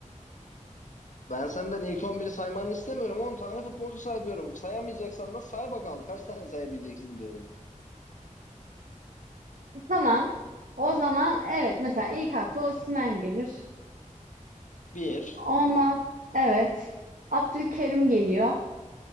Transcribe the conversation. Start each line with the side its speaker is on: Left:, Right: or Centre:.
Left: ben senden ilk on biri saymanı istemiyorum. 10 tane futbolcu say diyorum. Sayamayacaksan da say bakalım kaç tane <laughs> sayabileceksin diyorum.
Right: E, Tamam. O zaman evet mesela ilk akla Osimhen gelir.
Left: Bir
Right: Ondan evet Abdülkerim geliyor.